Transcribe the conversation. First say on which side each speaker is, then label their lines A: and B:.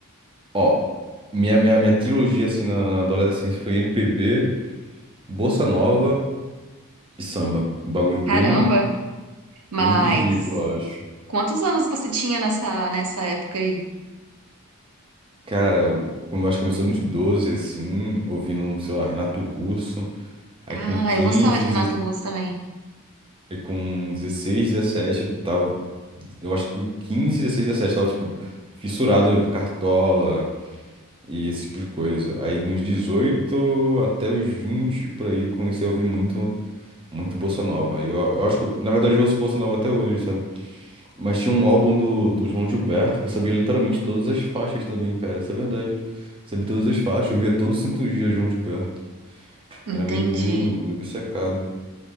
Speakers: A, on the right; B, on the right.
A: Ó, minha, minha, minha trilogia, assim, na, na adolescência foi MPB, Bossa Nova e samba. Um bagulho bem,
B: caramba. Mas
A: bem ridículo, eu acho.
B: quantos anos você tinha nessa, nessa época aí?
A: Cara, eu, como eu acho que começou nos 12 assim, ouvindo, sei lá, Renato Russo. Aí
B: Ah,
A: com quinze
B: eu gostava de Renato Russo também.
A: E com dezesseis dezessete eu tava. Eu acho que com quinze dezesseis dezessete eu tava, tipo, fissurado, eu vi Cartola e esse tipo de coisa. Aí nos 18 até os 20 por aí, eu comecei a ouvir muito, muito Bossa Nova. Eu, eu acho que, na verdade, eu ouço Bossa Nova até hoje, sabe? Mas tinha um álbum do, do João Gilberto que eu sabia literalmente todas as faixas também, cara. Isso é verdade. Sabia todas as faixas, eu via todo santo dia João Gilberto. Era
B: Entendi.
A: meio, meio, meio obcecado.